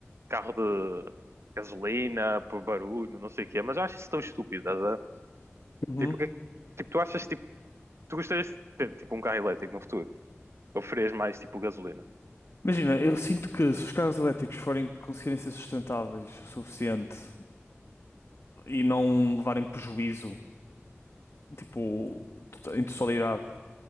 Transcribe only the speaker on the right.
carro de gasolina, por barulho, não sei o quê, mas eu acho isso tão estúpido, estás a ver?
Tipo, o que é que- tipo, tu achas tipo Tu gostarias de ter tipo um carro elétrico no futuro? Ou farias mais tipo gasolina?